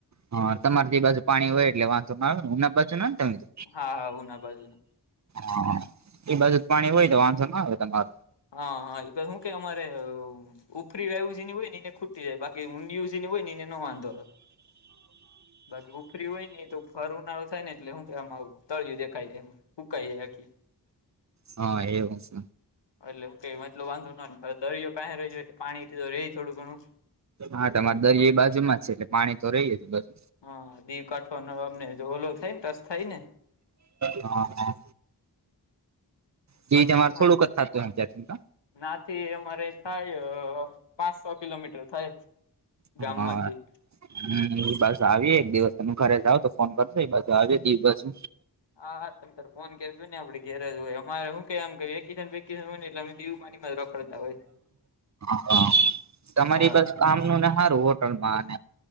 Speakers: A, on the right (about 45°); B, on the left (about 85°).
A: હા તમાર તે બાજુ પાણી હોય એટલે વાંધો ના આવે અમાર બાજુ ના હોય.
B: હા હું ના બાજુ નું
A: હા એ બાજુ જ પાણી હોય તો વાંધો ના આવે તમારું.
B: હા હા એ તો હું કેય અમારે ઉપરી રાયવુ જેની હોય એને ખુ ખૂંચતી હોય બાકી ઊંડીયુ જેને હોય ને એને ન વાંધો આવે. બાકી ઉખરી હોય ને તો ફરું ના થાય ને એટલે હું એ તળયું દેખાય જાય એમ. સુકાય જાય આખી.
A: હા એવું સે.
B: એટલે હું કઈ મતલબ વાંધો ન દરિયો પાહે રેય પાણીથી તો રેય થોડું ઘણું.
A: હા તમારે દરિયા એ બાજુમાં છે એટલે પાણી તો રેય આજુબાજુ
B: હા દીવ કાઠોનો અમને ઓલો થાય ને ટચ થાય ને
A: હા હા. તે
B: બાકી
A: તમારે
B: હું
A: થોડુંક જ થતું <unintelligible>
B: નાથી અમારે થાય પાંચસો કિલોમીટર થાય.
A: હા.
B: ગામ માંથી
A: હમમ બસ આવયે એક દિવસ તમે ઘરે જાઉ તો ફોન કરજો આવ્યે દીવ બાજુ
B: હા તમ તારે ફોન કરજો ને આપડે ઘેરે જ હોય અમારે શું કેવાય વેકેશન બેકેશન હોય ને એટલે અમે દીવ પાણી માં રખડતા હોય.
A: હા તમારી
B: હા
A: બાજુ કામનું ને હારું હોટલમાં ને